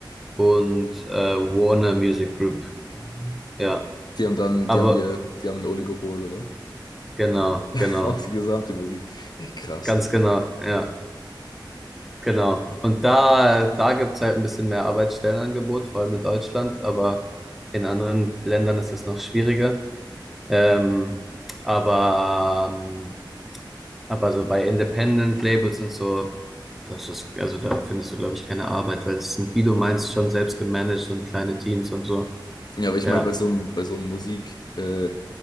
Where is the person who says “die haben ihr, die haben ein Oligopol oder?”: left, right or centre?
Left